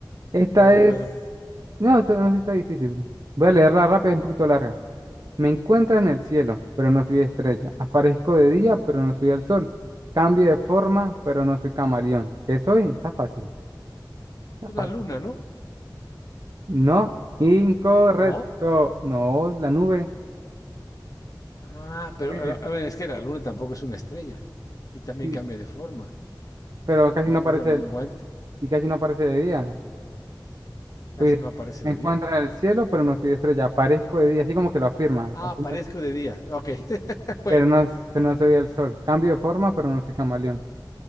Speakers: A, on the right; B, on the left.
A: Esta
B: Claro,
A: es...
B: claro.
A: No, esta no sí está difícil. Voy a leerla rápido, es un poquito larga. Me encuentra en el cielo, pero no soy estrella. Aparezco de día, pero no soy el sol. Cambio de forma, pero no soy camaleón. ¿Qué soy? Está fácil, está
B: Pues
A: fácil.
B: la luna, ¿no?
A: No, incorrecto.
B: No.
A: No, la nube.
B: Ah, pero
A: Pues,
B: a a ver, es que la luna tampoco es una estrella y también
A: sí,
B: cambia de forma,
A: pero casi
B: de
A: no
B: acuerdo
A: aparece
B: al menguante.
A: el- y casi no aparece de día.
B: Casi
A: Pues,
B: no aparece
A: me
B: de
A: encuentra
B: día.
A: en el cielo, pero no soy estrella. Aparezco de día, así como que lo afirma,
B: Ah,
A: afirma,
B: aparezco de día. Ok. <laughs> Bueno,
A: pero no, s- pero no soy el sol. Cambio de forma, pero no soy camaleón.